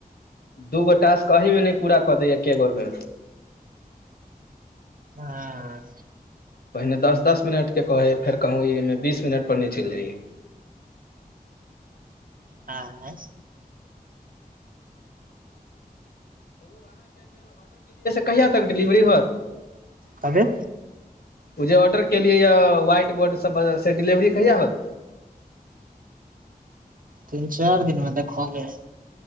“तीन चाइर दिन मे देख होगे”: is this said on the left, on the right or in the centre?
Right